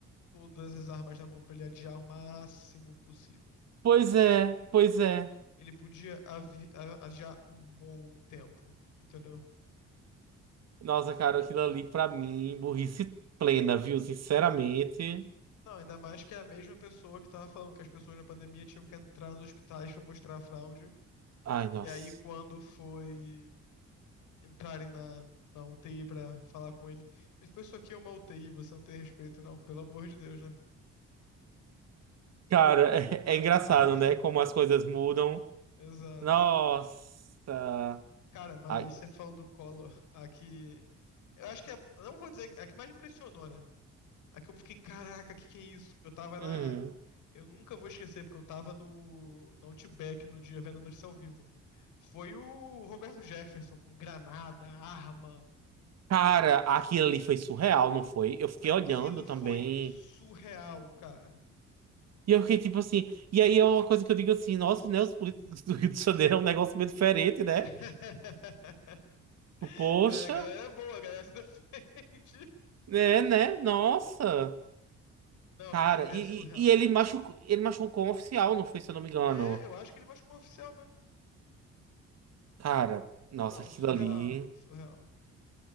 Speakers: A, on the left (about 85°); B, on the right (about 60°).
A: todas as armas na mão pra ele adiar o máximo possível.
B: Pois é, pois é.
A: Ele podia avi- a- adiar um bom tempo, entendeu?
B: Nossa, cara, aquilo ali pra mim, burrice plena, viu? Sinceramente.
A: Não, ainda mais que é a mesma pessoa que tava falando que as pessoas na pandemia tinham que entrar nos hospitais pra mostrar a fraude.
B: Ai, nossa.
A: E aí, quando foi entrarem na, na UTI pra falar com ele, ele ficou: Isso aqui é uma UTI, você não tem respeito, não, pelo amor de Deus, né?
B: Cara, <laughs> é, é engraçado,
A: <laughs>
B: né? Como as coisas mudam.
A: Exato.
B: Nossa.
A: Cara, mas
B: Ai.
A: você falou do Collor. Aqui. Eu acho que é. eu Não vou dizer. que- A que mais me impressionou, né? A que eu fiquei: Caraca, que que é isso? Eu tava na,
B: uhum.
A: Eu nunca vou esquecer, porque eu tava no, no Outback no dia vendo a notícia ao vivo. Foi o Roberto Jefferson com granada, arma.
B: Cara, aquilo ali foi surreal, não foi? Eu fiquei
A: Aquilo
B: olhando também.
A: foi surreal, cara.
B: E eu fiquei tipo assim. E aí é uma coisa que eu digo assim: nossa, né? Os políticos do Rio de Janeiro é um negócio meio diferente, né?
A: <laughs>
B: Poxa,
A: É, A galera é boa, a galera se <laughs> defende.
B: né, né? Nossa.
A: Não,
B: Cara,
A: cara, é
B: e,
A: surreal.
B: e, e ele machucou, ele machucou um oficial, não foi, se eu não me engano.
A: É, eu acho que ele machucou um oficial mesmo.
B: Cara, nossa,
A: Não,
B: aquilo
A: surreal,
B: ali.
A: surreal.